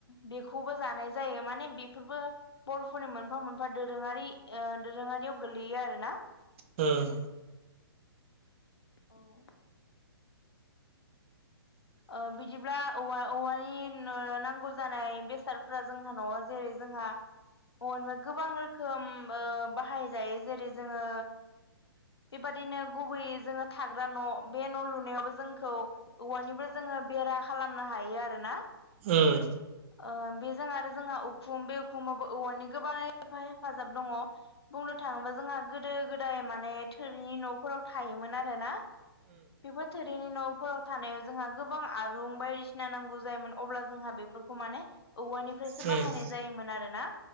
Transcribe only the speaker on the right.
उम
उम
उम